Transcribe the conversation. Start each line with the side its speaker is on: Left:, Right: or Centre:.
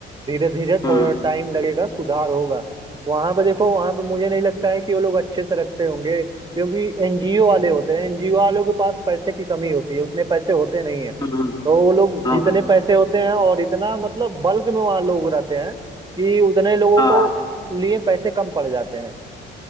Right: धीरे धीरे
Left: हम्म
Right: थोड़ा टाइम लगेगा सुधार होगा वहां पे देखो वहां पे मुझे नहीं लगता है कि वो लोग अच्छे से रखते होंगे क्योंकि एनजीओ वाले होते हैं एनजीओ वालों के पास पैसे की कमी होती है उतने पैसे होते नहीं है
Left: हम्म हम्म,
Right: तो वो लोग
Left: हाँ
Right: जितने
Left: भाई
Right: पैसे होते हैं और इतना मतलब बल्क में वहाँ लोग रहते हैं कि उतने लोगों
Left: हाँ
Right: को लिए पैसे कम पड़ जाते हैं